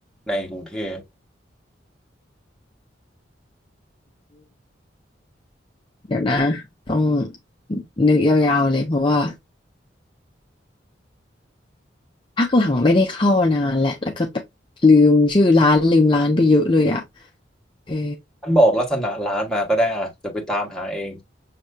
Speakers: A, in the centre; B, on the left (about 25°).
A: ในกรุงเทพ
B: เดี๋ยวนะต้องนึกยาวๆเลยเพราะว่าพักหลังไม่ได้เข้านานแหละแล้วก็แบบลืมชื่อร้านลืมร้านไปเยอะเลยอ่ะเออ
A: ท่านบอกลักษณะร้านมาก็ได้อ่ะจะไปตามหาเอง